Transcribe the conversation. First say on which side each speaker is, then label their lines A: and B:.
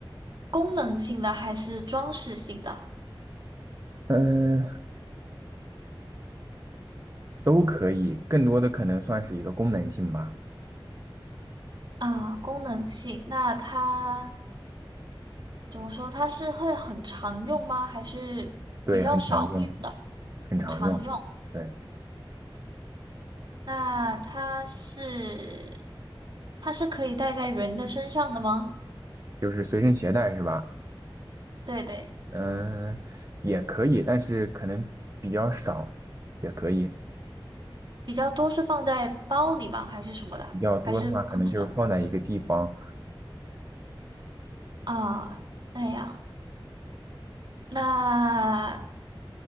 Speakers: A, on the right (about 55°); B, on the right (about 35°).
A: 功能性的还是装饰性的？
B: 嗯、呃都可以，更多的可能算是一个功能性吧。
A: 啊，功能性。那它怎么说？它是会很常用吗？还是比较少会用的？
B: 对，很常用，很常用。
A: 很常用。
B: 对，
A: 那它是它是可以戴在人的身上的吗？
B: 就是随身携带是吧？
A: 对对。
B: 嗯、也可以，但是可能比较少，也可以。
A: 比较多是放在包里吗？还是什么的？
B: 比较多的话，
A: 还是放着
B: 可能就是放在一个地方。
A: 啊？那样，那